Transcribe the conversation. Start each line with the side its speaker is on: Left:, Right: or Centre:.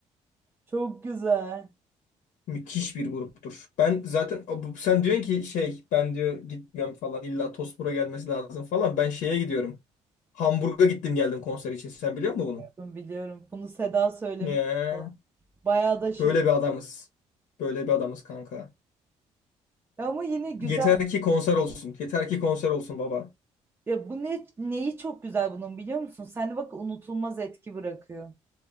Right: Çok güzel.
Left: Müthiş bir gruptur. Ben zaten bu- sen diyorsun ki şey ben diyor gitmiyorum falan illa Tosmur'a gelmesi lazım falan. Ben şeye gidiyorum. Hamburg'a gittim geldim konser için. Sen biliyor musun bunu?
Right: Biliyorum, biliyorum. Bunu Seda söylemiş
Left: Yeah.
Right: falan. Bayağı da şaşırdım.
Left: Böyle bir adamız. Böyle bir adamız kanka.
Right: Ya ama yine güzel.
Left: Yeter ki konser olsun. Yeter ki konser olsun baba.
Right: Ya bu ne, neyi çok güzel bunun biliyor musun? Sende bak unutulmaz etki bırakıyor.